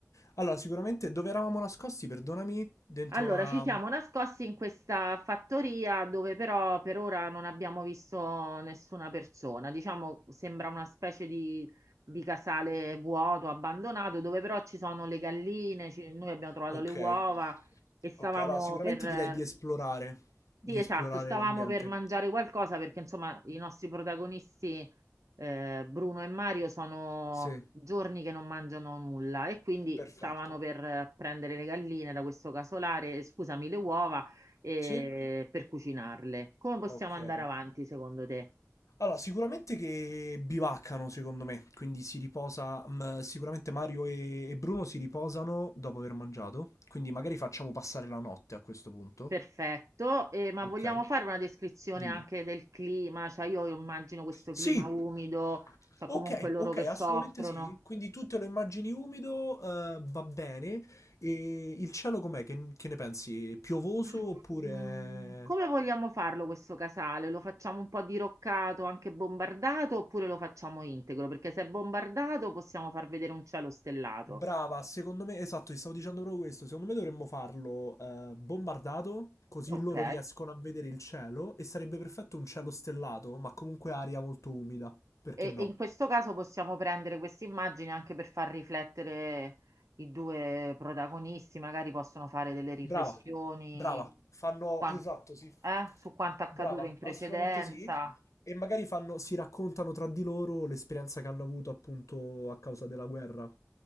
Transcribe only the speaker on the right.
Allora,
ci siamo nascosti in questa fattoria dove però per ora non abbiamo visto nessuna persona. Diciamo, sembra una specie di, di casale vuoto, abbandonato, dove però ci sono le galline, ci- noi abbiamo trovato
le uova e stavamo
per eh,
sì,
esatto, stavamo
per mangiare qualcosa perché insomma i nostri protagonisti eh, Bruno e Mario sono
giorni che non mangiano nulla e quindi
stavano per eh, prendere le galline da questo casolare, scusami, le uova eh,
per cucinarle. Come possiamo
andare
avanti secondo te?
Perfetto, eh, ma
vogliamo fare una descrizione
anche del clima? Cioè io immagino questo
clima umido, cioè
comunque loro
che
soffrono.
Mm,
Come vogliamo farlo questo casale? Lo facciamo un po' diroccato, anche bombardato, oppure lo facciamo integro? Perché se è bombardato possiamo far vedere un cielo stellato,
ok?
E,
e in questo caso possiamo prendere queste immagini anche per far riflettere i due protagonisti, magari possono fare delle riflessioni
quan-
eh, su quanto accaduto
in precedenza.